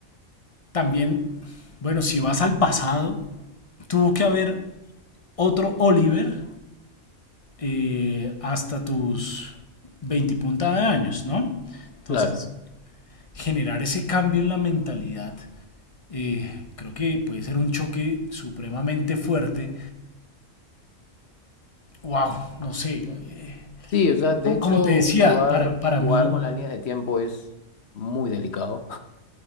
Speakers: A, on the left; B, on the left.
A: también, bueno, si vas al pasado, tuvo que haber otro Oliver eh, hasta tus 20 punta de años, ¿no? Entonces,
B: Claro.
A: generar ese cambio en la mentalidad, eh, creo que puede ser un choque supremamente fuerte. Wow, no sé. eh,
B: Sí, o sea, de
A: como,
B: hecho,
A: como te decía,
B: jugar,
A: para, para
B: jugar
A: mí,
B: con la línea de tiempo es muy delicado.